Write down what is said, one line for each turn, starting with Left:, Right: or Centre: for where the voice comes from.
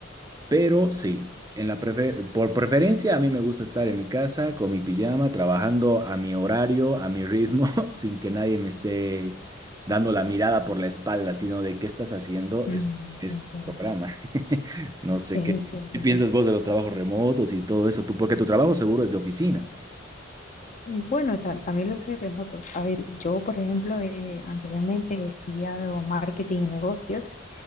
Right: Pero sí, en la prefe- por preferencia a mí me gusta estar en mi casa con mi pijama, trabajando a mi horario, a mi ritmo, <laughs> sin que nadie me esté dando la mirada por la espalda, sino de qué estás haciendo,
Left: mm,
Right: es, es
Left: te entiendo.
Right: programa. <laughs> No sé
Left: eh,
Right: qué,
Left: te entiendo.
Right: qué piensas vos de los trabajos remotos y todo eso, tú, porque tu trabajo seguro es de oficina.
Left: Bueno, ta- también los hay remotos. A ver, yo, por ejemplo, eh, anteriormente he estudiado marketing y negocios